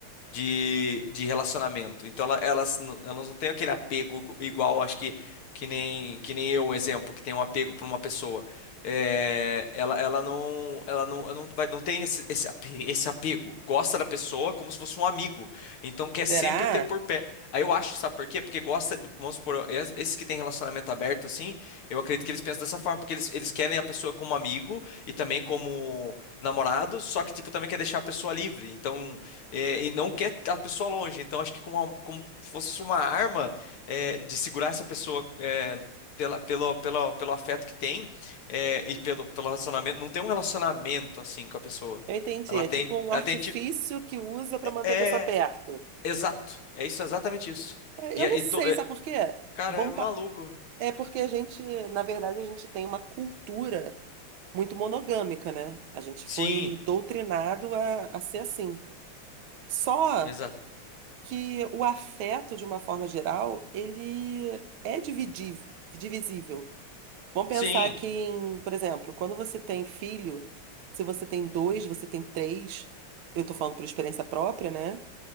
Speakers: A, on the left; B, on the right.
A: de, de relacionamento. Então ela- elas, n- elas não têm aquele apego igu- igual, acho que que nem que nem eu, um exemplo, que tem um apego por uma pessoa. É, ela, ela não ela não, ela não vai não tem esse, esse ape- esse apego. Gosta da pessoa como se fosse um amigo. Então quer sempre
B: Será?
A: ter por pé. Aí eu acho, sabe por quê? Porque gosta, vamos supor, es- esses que têm relacionamento aberto assim, eu acredito que eles pensam dessa forma, porque eles, eles querem a pessoa como amigo e também como namorado, só que tipo também quer deixar a pessoa livre. Então é, e não quer a pessoa longe. Então, acho que com uma- como fosse uma arma é, de segurar essa pessoa é, pela, pelo, pelo, pelo afeto que tem é, e pelo, pelo relacionamento. Não tem um relacionamento assim com a pessoa.
B: Eu entendi.
A: Ela
B: É
A: tem,
B: tipo um
A: ela
B: artifício
A: tem tipo,
B: que usa para manter
A: é
B: a pessoa perto.
A: exato. É isso, é exatamente isso.
B: É,
A: E,
B: eu
A: é,
B: não
A: e
B: sei,
A: to- é,
B: sabe por quê?
A: cara,
B: Vamos
A: é maluco.
B: pa- É porque a gente, na verdade, a gente tem uma cultura muito monogâmica, né? A gente
A: Sim,
B: foi doutrinado a, a ser assim. Só
A: exato.
B: que o afeto, de uma forma geral, ele é dividível, divisível. Vamos pensar
A: Sim,
B: que, em, por exemplo, quando você tem filho, se você tem dois, você tem três, eu tô falando por experiência própria, né?